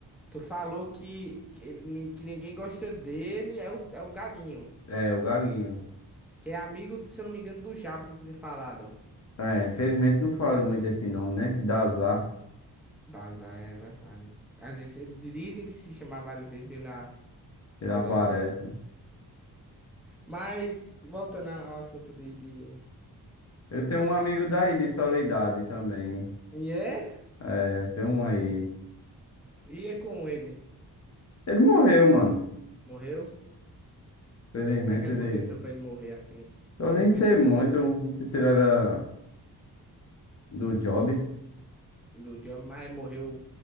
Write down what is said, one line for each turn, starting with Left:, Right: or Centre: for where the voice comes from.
Centre: Tu falou que, que, ele- que ninguém gosta dele, é o, é o Gaguinho.
Left: É, o gaguinho.
Centre: Que é amigo, se eu não me engano, do Japa que tu tem falado.
Left: É, infelizmente não falo muito esse nome, né? Que dá azar,
Centre: Daza, é verdade. Às vezes eh, dizem que se chamar várias vezes ele aparece.
Left: ele aparece.
Centre: então. Mas, voltando ao assunto de, de...
Left: Eu tenho um amigo daí de Soledade também.
Centre: E é?
Left: É, tem um aí.
Centre: E é com ele.
Left: Ele morreu, mano.
Centre: Morreu? O
Left: Felizmente
Centre: que é que aconteceu
Left: ele.
Centre: pra ele morrer assim,
Left: Eu
Centre: repentinamente?
Left: nem sei muito. Não sei se ele era do Job.
Centre: Do John, mas morreu